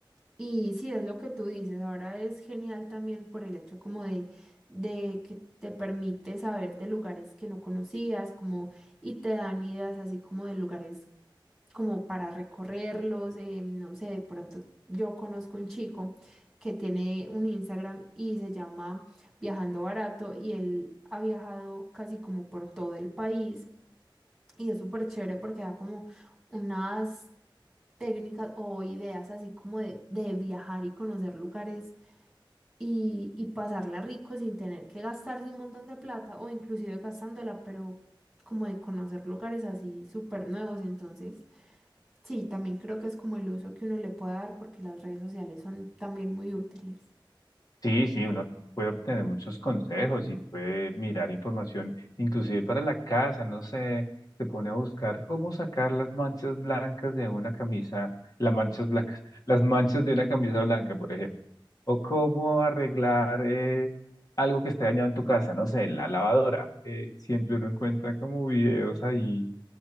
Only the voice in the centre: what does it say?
Y sí, es lo que tú dices, ahora es genial también por el hecho como de, de que te permite saber de lugares que no conocías, como y te dan ideas así como de lugares como para recorrerlos, eh, no sé, de pronto yo conozco un chico que tiene un Instagram y se llama Viajando Barato y él ha viajado casi como por todo el país y es súper chévere porque da como unas técnicas o ideas así como de, de viajar y conocer lugares y, y pasarla rico sin tener que gastarse un montón de plata o inclusive gastándola, pero como de conocer lugares así súper nuevos, entonces Sí, también creo que es como el uso que uno le puede dar porque las redes sociales son también muy útiles.